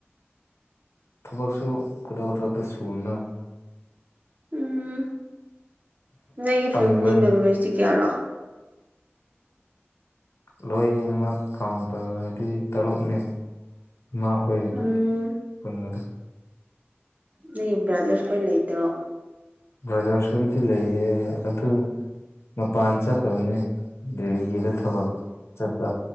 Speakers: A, on the left; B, on the right.
A: ꯊꯕꯛꯁꯨ <unintelligible> ꯁꯨꯅ
B: ꯎꯝ ꯅꯣꯢꯒꯤ
A: ꯇꯟꯕ
B: ꯐꯦꯃꯤꯂꯤ ꯃꯦꯝꯕꯔꯁꯤ ꯀꯌꯥꯔꯣ
A: ꯂꯣꯏꯅꯃꯛ ꯀꯥꯎꯟ ꯇꯧꯔꯗꯤ ꯇꯔꯨꯛꯅꯦ ꯏꯃꯥ ꯍꯣꯢ
B: ꯎꯝ
A: ꯄꯨꯟꯅ
B: ꯅꯩ ꯕ꯭ꯔꯗꯔꯁ ꯈꯣꯏ ꯂꯩꯇ꯭ꯔꯣ
A: ꯕ꯭ꯔꯗꯔꯁ ꯈꯣꯏꯗꯤ ꯂꯩꯥꯏꯌꯦ ꯑꯗꯨ ꯃꯄꯥꯟ ꯆꯠꯈ꯭ꯔꯕꯅꯤ ꯗꯦꯒꯤꯗ ꯊꯕꯛ ꯆꯠꯄ